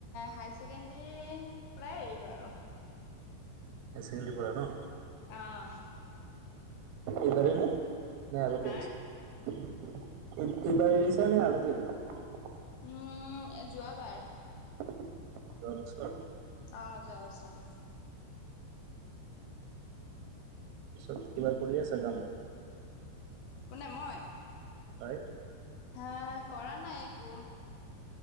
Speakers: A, on the left; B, on the right.
A: হাই ছেকেণ্ডৰীৰ পৰাই এৰিলোঁ আৰু।
B: হাই ছেকেণ্ডাৰী পৰা ন?
A: অ',
B: এইবাৰেই না আগতে
A: হাৰ?
B: এৰিছা এইবাৰ এৰিছা নে আগতে এৰিছা
A: উম যোৱাবাৰ।
B: <unintelligible>
A: অ', যোৱা বছৰ।
B: পিছত কিবা কৰি আছ কাম
A: কোনে মই
B: হয়?
A: হা কৰা নাই একো।